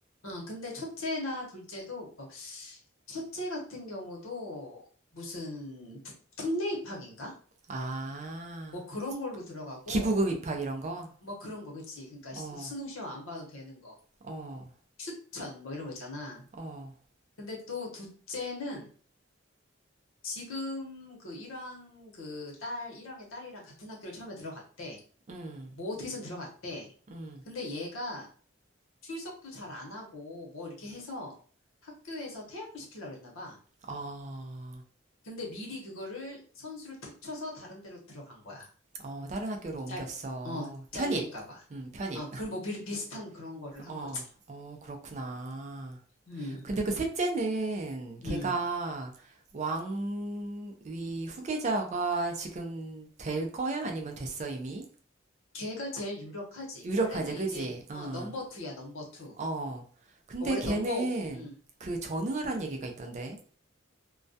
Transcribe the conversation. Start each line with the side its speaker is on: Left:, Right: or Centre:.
Left: 응, 근데 첫째나 둘째도, 뭐, 첫째 같은 경우도 무슨 부- 특례 입학인가?
Right: 아,
Left: 뭐 그런 걸로 들어가고,
Right: 기부금 입학 이런 거?
Left: 뭐 그런 거, 그치. 그러니까
Right: 어,
Left: 시- 수능 시험 안 봐도 되는 거.
Right: 어,
Left: 추천, 뭐 이런 거 있잖아.
Right: 어,
Left: 근데 또 둘째는 지금 그 일왕 그 딸, 일왕의 딸이랑 같은 학교를 처음에 들어갔대.
Right: 음,
Left: 뭐 어떻게 해서 들어갔대.
Right: 음.
Left: 근데 얘가 출석도 잘 안 하고 뭐 이렇게 해서 학교에서 퇴학을 시키려고 그랬나 봐.
Right: 어,
Left: 근데 미리 그거를 선수를 탁 쳐서 다른 데로 들어간 거야.
Right: 어, 다른 학교로 옮겼어.
Left: 짤, 어,
Right: 편입.
Left: 잘릴까 봐.
Right: 음, 편입.
Left: 아, 그럼 뭐 비, 비슷한 그런
Right: <laughs>
Left: 거를
Right: 어,
Left: 한 거지.
Right: 어, 그렇구나.
Left: 음,
Right: 근데 그 셋째는 걔가
Left: 음.
Right: 왕위 후계자가 지금 될 거야? 아니면 됐어, 이미?
Left: 걔가 제일 유력하지.
Right: 유력하지,
Left: 원래는
Right: 그지?
Left: 이제, 어,
Right: 어.
Left: 넘버 투야, 넘버 투.
Right: 어. 근데
Left: 원래
Right: 걔는
Left: 넘버, 음.
Right: 그 전응하란 얘기가 있던데.